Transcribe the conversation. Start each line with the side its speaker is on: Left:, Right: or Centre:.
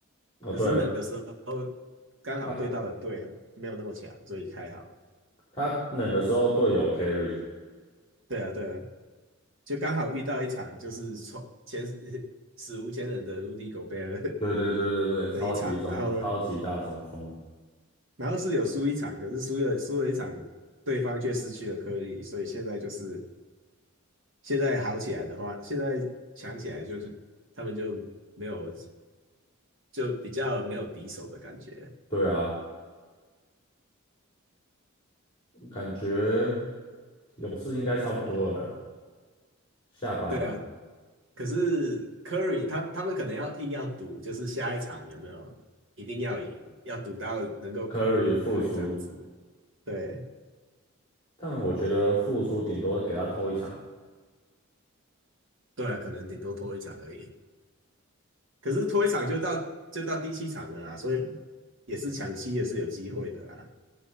Left: 哦对了，
Right: 可是冷的时候刚好对到的队很没有那么强，
Left: 他
Right: 所以还好。
Left: 他冷的时候队友 carry，
Right: 对啊，对啊，就刚好遇到一场就是从前史无前人的 Rudy Gobert
Left: 对对对对对，
Right: <laughs>
Left: 超级中超级大中锋，
Right: 的一场，然后然后是有输一场，可是输了输了一场，对方却失去了颗粒，所以现在就是现在好起来的话，现在强起来就是他们就没有就比较没有敌手的感觉。
Left: 对啊，感觉勇士应该差不多了啦。下班了
Right: 对啊，可是 Curry 他他们可能要硬要赌，就是下一场有没有一定要赢，要赌到能够
Left: ，Curry
Right: Curry
Left: 复出，
Right: 回来这样子。对，
Left: 但我觉得复出顶多给他偷一场。
Right: 对啊，可能顶多拖一场而已。可是拖一场就到就到第七场了啊，所以也是抢七也是有机会的啦。